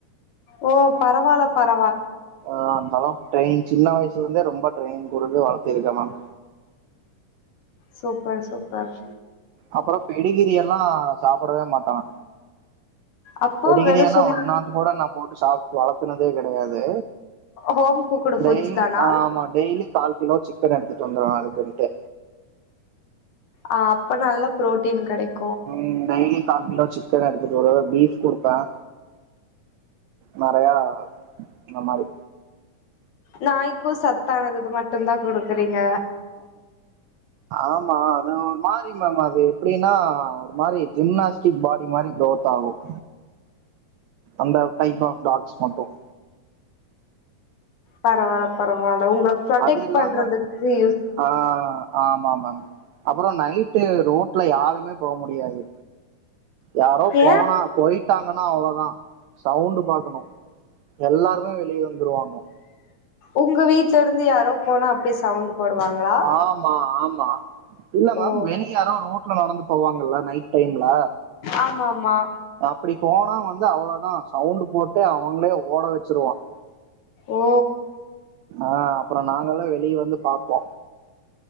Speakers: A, on the left; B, on the right.
A: ஓ பரவால்ல பர
B: ஆம் ஹலோ ட்ரெனிங் சின்ன வயசுல இருந்தே ரொம்ப ட்ரெனிங் குடுத்து வளத்திருக்கேன் மேம்
A: சூப்பர் சூப்பர்
B: அப்புறொ பெடிகிரி எல்லா சாப்புடவே மாட்டான்
A: அப்போ
B: பெடிகிரி
A: வெறு
B: எல்லா
A: சும்மா
B: ஒரு நாள் கூட நான் போட்டு சாப் வளத்துனதே கிடையாது
A: ஹோம் குக்குடு ஃபுட்ஸ்
B: டெய்ல்
A: தானா?
B: ஆமா டெய்லி கால் கிலோ சிக்கன் எடுத்துட்டு வந்துர்வ அதுக்குன்ட்டு
A: ஆ அப்ப நல்லா புரோட்டீன் கெடைக்
B: ம் டெய்லி கால் கிலோ சிக்கன் எடுத்துட்டு வருவேன் பீஃப் கொடுப்பேன் நெறையா இந்த மாரி
A: நாய்க்கும் சத்தானது மட்டு தா குடுக்குறீங்க
B: ஆமா அது ஒரு மா ரி மேம் அது எப்படின்னா ஒரு மாறி ஜிம்னாஸ்டிக் பாடி மாரி க்ரோத் ஆகும் அந்த டைப் ஆஃப் டாக்ஸ் மட்டும்
A: பரவா பரவால் அ ப்ரொடெக்ட்
B: அது இல்லாம
A: பன்ரதுக்கு
B: ஆ ஆமா மேம் அப்புறொ நைட்டு ரோட்ல யாருமே போ முடியாது யாரோ போனா
A: ஏ
B: போயிட்டாங் கனா அவ்ளதா சவுண்ட் பாக்கணும் எல்லாருமே வெளியே வந்துருவாங்க
A: ஒங்க வீட்லருந்து யாரோ போனா அப்டியே சவுண்ட் போடுவாங்களா
B: ஆமா ஆமா இல்ல மேம்
A: ஓ
B: வெளிய யாரோ ரோட் ல நடந்து போவாங்கள்ல நைட் டைம்ல
A: ஆமாமா
B: அப்டி போனா வந்து அவ்வளோதான் சவுண்ட் போட்டு அவங்களே ஓட வச்சிருவான்
A: ஓ
B: ஆ அப்ரோ நாங்கள வெளியே வந்து பாப் போ